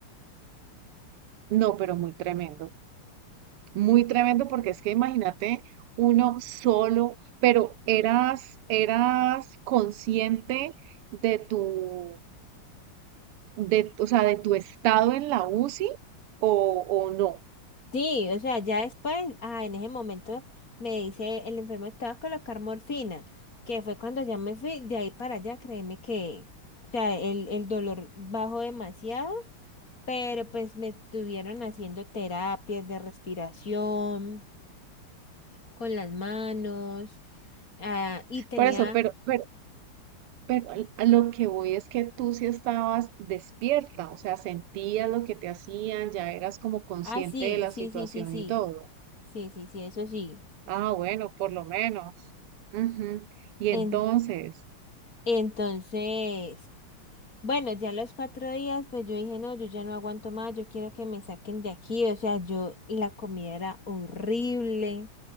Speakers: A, on the right; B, on the left.
A: No, pero muy tremendo, muy tremendo porque es que imagínate uno solo, pero eras, eras consciente de tu, de, o sea, de tu estado en la UCI o, o no.
B: Sí, o sea, ya después, ah, en ese momento me dice el enfermo, te vas a colocar morfina, que fue cuando ya me fui de ahí para allá, créeme que, o sea, el, el dolor bajó demasiado, pero pues me estuvieron haciendo terapias de respiración con las manos, ah, y tenía,
A: Por eso, pero, pero, pero al- a lo que voy es que tú sí estabas despierta, o sea, sentías lo que te hacían, ya eras como consciente
B: ah, sí,
A: de la
B: sí,
A: situación
B: sí, sí, sí,
A: y todo.
B: sí, sí, sí, eso sí.
A: Ah, bueno, por lo menos. Ujú. Y entonces.
B: En, entonces, Bueno, ya los cuatro días, pues yo dije, no, yo ya no aguanto más, yo quiero que me saquen de aquí. O sea, yo, y la comida era horrible,